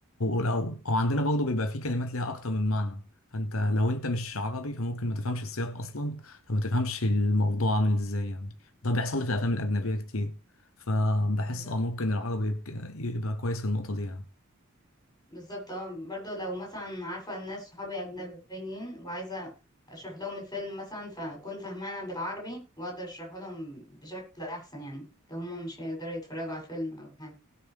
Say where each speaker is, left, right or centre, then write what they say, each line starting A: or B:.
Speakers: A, on the left (about 75°); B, on the left (about 15°).
A: او أو عندنا برضه بيبقى في كلمات ليها اكتر من معنى فانت لو انت مش عربي فممكن ما تفهمش السياق اصلا فما تفهمش الموضوع عامل ازاي يعني ده بيحصل لي في الافلام الاجنبيه كتير فبحس
B: بالظبط
A: اه ممكن العربي يبقى يبقى كويس في النقطه دي يعني
B: بالظبط اه برضو لو مثلا عارفة الناس صحابي أجنبيين وعايزة أشرح لهم الفيلم مثلا فأكون فاهمانة بالعربي وأقدر أشرحه لهم بشكل أحسن يعني لو هما مش هيقدروا يتفرجوا على الفيلم أو حاجة